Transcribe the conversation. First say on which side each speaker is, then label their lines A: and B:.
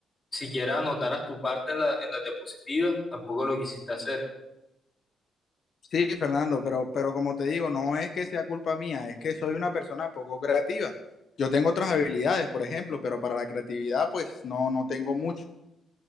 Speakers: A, on the left (about 35°); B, on the left (about 60°).
A: siquiera anotaras tu parte en la, en las diapositivas, tampoco lo quisiste hacer.
B: Sí, Fernando, pero, pero como te digo, no es que sea culpa mía, es que soy una persona poco creativa. Yo tengo otras habilidades, por ejemplo, pero para la creatividad, pues no, no tengo mucho.